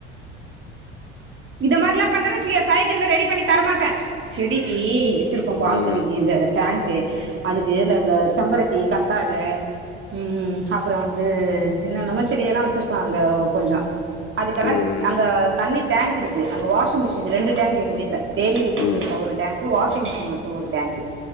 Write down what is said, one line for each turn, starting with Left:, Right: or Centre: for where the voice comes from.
Right: மாண்ண சைக்கிள ரெடி பண்ணி தரமாட்டேன் செடிக்கு வச்சிருக்கோம் பால்கனிக்கு
Left: ம்
Right: இந்த டேங்க்கு அதுக்கு இந்த செம்பரத்தி கத்தாழை ம் அப்புறம் வந்து என்ன நம்ம செடியெல்லாம் வச்சிருக்காங்க கொஞ்சம் அதுக்கெல்லாம்
Left: ம்
Right: அங்க தண்ணிர் டேங்க் இருக்கு அங்க வாஷிங்மெஷின் ரெண்டு டேங்க எங்க வீட்டுல டெயலி ூ <unintelligible> ஸ்
Left: ம்
Right: இரு ஒரு டேங்கு வாஷ் ச்சி மட்டும் ஒரு டேங்க்கு